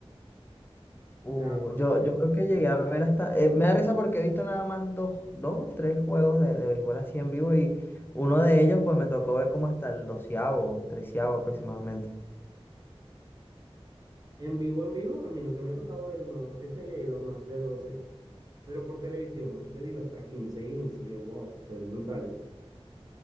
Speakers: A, on the left; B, on the right.
A: Uh,
B: O sea, juegos
A: yo,
B: de
A: yo creo que llegué a ver hasta. eh, me da risa porque he visto nada más dos, dos o tres juegos de, de béisbol así en vivo y uno de ellos, pues me tocó ver como hasta el doceavo, treceavo aproximadamente.
B: En vivo, en vivo, a mí nunca me ha tocado ver uno que se haya ido a más de 12, pero por televisión, te digo, hasta 15 innings y yo, wow, o sea, es brutal.